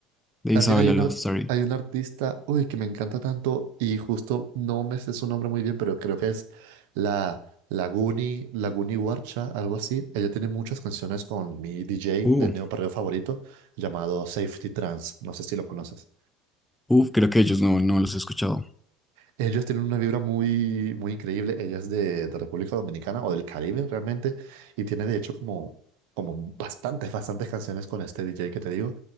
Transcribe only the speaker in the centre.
de
Isabela
Love
Story.
Uh,
uf, creo que ellos no, no los he escuchado.